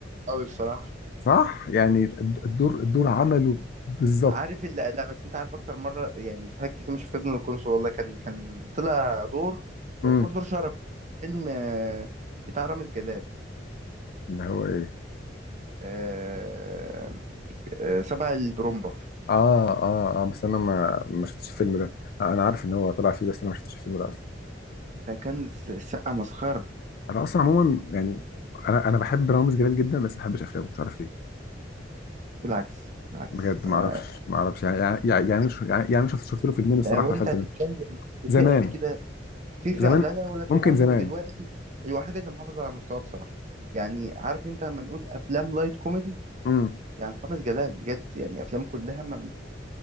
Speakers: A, on the right (about 40°); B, on the left (about 55°).
A: قوي بصراحه
B: صح يعني الدور الدور عمله بالظبط
A: عارف اللي لا بس انت عارف اكتر مره يعني ضحكت فيه مش في ابن القنصل والله كان كان طلع دور يعتبر
B: امم
A: دور شرف فيلم آه، بتاع رامز جلال
B: اللي هو ايه
A: آه، آه، سبع البرومبا
B: اه اه اه بس انا ما ما شفتش الفيلم ده انا عارف ان هو طلع فيه بس انا ما شفتش الفيلم ده اصلا
A: ده كان س- سقه مسخره
B: انا اصلا عموما يعني انا انا بحب رامز جلال جدا بس ما بحبش افلامه مش عارف ليه
A: بالعكس بالعكس
B: بجد ما
A: أنا-
B: اعرفش ما اعرفش يعني يعني يعني يعني مش- يعني يعني شفت شفت له فيلمين الصراحه
A: لو
B: اتقفلت
A: انت هتتكلم
B: منهم
A: في
B: زمان
A: فئه كده في فئه
B: زمان
A: لا لا ولا زمان
B: ممكن زمان
A: ودلوقتي الوحيد اللي محافظ على مستواه بصراحه يعني عارف انت لما نقول افلام لايت كوميدي
B: امم
A: يعني رامز جلال بجد يعني افلام كلها ما